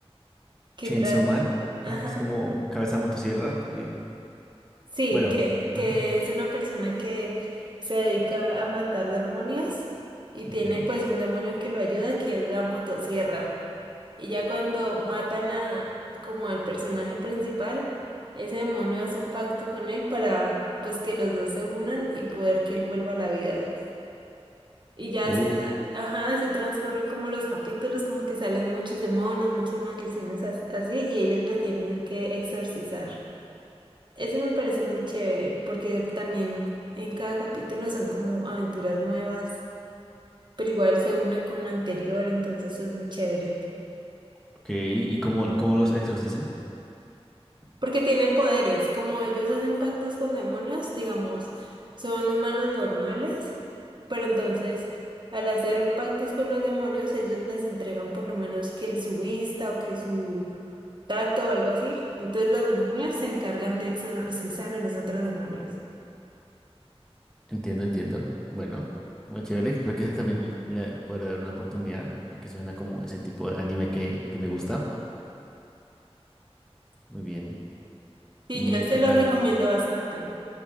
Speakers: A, on the right; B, in the centre.
A: que
B: Chainsaw
A: tra-
B: Man, ajá,
A: Ajá.
B: que es como cabeza de motosierra, que
A: Sí,
B: bueno,
A: que, que
B: ajá,
A: es una persona que se dedica a matar demonios y tiene
B: ok.
A: pues un demonio que lo ayuda, que es la motosierra. Y ya cuando matan a como al personaje principal, ese demonio hace un pacto con él para pues que los dos se unan y poder que él vuelva a la vida. Y ya
B: Uh,
A: así, a- ajá, así transcurren como los capítulos, como que salen muchos demonios, muchas maldiciones as- así, y ellos lo tienen que exorcizar. Ese me parece muy chévere porque también en cada capítulo son como aventuras nuevas, pero igual se une con lo anterior, entonces es muy chévere.
B: ok, ¿y cómo, cómo los exorcizan?
A: Porque tienen poderes, como ellos hacen pactos con demonios, digamos, son humanos normales, pero entonces al hacer pactos con los demonios, ellos les entregan por lo menos que su vista o que su tacto o algo así. Entonces los demonios se encargan de exorcizar a los otros demonios.
B: Entiendo, entiendo. Bueno, bueno, chévere. Creo que <laughs> ese también le podré dar una oportunidad, ya que suena como ese tipo de anime que, que me gusta. Muy bien.
A: Sí,
B: ¿Y
A: yo se
B: qué
A: lo
B: tal?
A: recomiendo bastante.